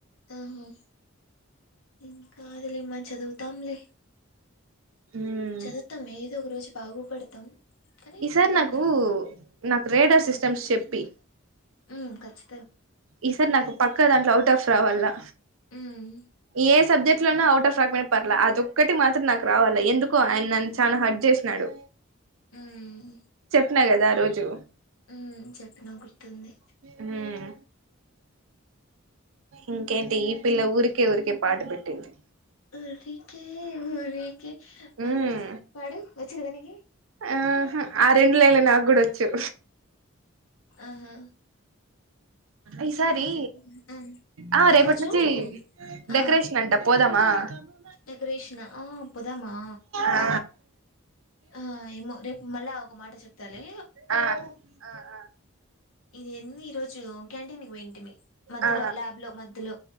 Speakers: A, on the left; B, on the right.
A: ఆహో ఇంకా అదిలి మంచి చదువుతాంలే
B: ఉమ్
A: చదువుతాం ఏదో ఒక రోజు బాగుపడతాం కానీ
B: ఈ సార్
A: టైం
B: నాకు
A: పడుతది
B: నాకు రేడో సిస్టమ్స్ చెప్ ప్పి
A: హ్మ్మ్ కచ్చి
B: ఈసర్ నాకు పక్క దాంట్లో అవుట్ ఆఫ్ రావాలా
A: ఉమ్
B: ఏ సబ్జెక్ట్ అన్నిట్లోన అవుట్ ఆఫ్ రాకన్నా పర్వళ అది ఒక్కటి మాత్రం నాకు రావాలి ఎందుకో ఆయన నన్ను చాలా హట్ చేసినాడు.
A: ఉమ్
B: చెప్నగదా రోజు
A: హ్మ్మ్ చెప్పిన గుర్ తుంది
B: ఉమ్ ఇంకేంటి ఈ పిల్ల ఊరికే ఊరికే పాట పెట్టింది
A: ఉఊరిీకే ఉఊరీకే మరి
B: ఉమ్
A: నుంచి పాడు వచ్చు కదా నీకి
B: ఆహా ఆ రెండు లైన్లే నాకు కూడా వచ్చు
A: ఆహా
B: ఈసారి
A: ఇంకా ఏమన చెప్పు హమ్
B: ఆ రేపటి
A: ఈరోజు
B: నుంచి డెకరేషన్
A: ఆ
B: అంట <unintelligible>
A: డెకరేషన్ ఆ పోదమా
B: ఆ
A: ఆ ఏమో రేపు మల్ల ఒక మాట చెప్తాలే
B: ఆ ఆ ఆ
A: ఇదెంది ఈ రోజు క్యాంటీన్ పోయింటిమి మధ్యలో
B: ఆ
A: ల్యాబ్ లో మధ్యలో